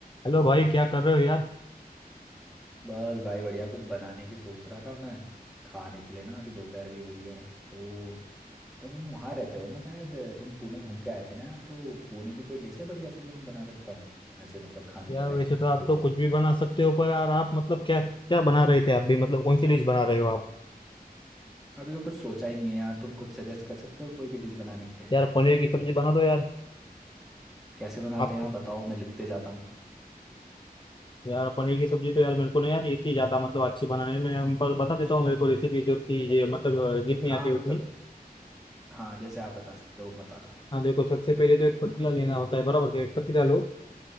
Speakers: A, on the left; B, in the centre.
A: Hello भाई क्या कर रहे हो यार
B: बस भाई बढ़िया कुछ बनाने की सोच रहा था मैं खाने के लिए ना अभी दोपहर भी हो रही है तो तुम वहाँ रहते हो ना शायद तुम पुणे घूम के आए थे ना तो पुणे की कोई डिश है बढ़िया सी जो मैं बना सकता हूँ ऐसे मतलब खाने
A: यार
B: के लायक
A: वैसे तो आप
B: हो
A: तो
B: जो
A: कुछ भी बना सकते हो पर यार आप मतलब क्या क्या बना रहे थे आप भी मतलब कौन सी डिश बना रहे हो आप
B: अभी तो कुछ सोचा ही नहीं है यार तुम कुछ सजेस्ट कर सकते हो कोई भी डिश बनाने के लिए
A: यार पनीर की सब्जी बना दो यार
B: कैसे बनाते
A: आप
B: हैं आप बताओ मैं लिखते जाता हूँ
A: यार पनीर की सब्जी तो यार मेरे को नहीं आती इतनी ज्यादा मतलब अच्छी बनाने में हम पर बता देता हूँ मेरे को रेसिपी जो थी ये मतलब जितनी
B: हाँ
A: आती है
B: मतलब
A: उतनी
B: हाँ जैसे आप बता सकते हो बता दो
A: हाँ देखो सबसे पहले तो एक पतीला लेना होता है बराबर के एक पतीला लो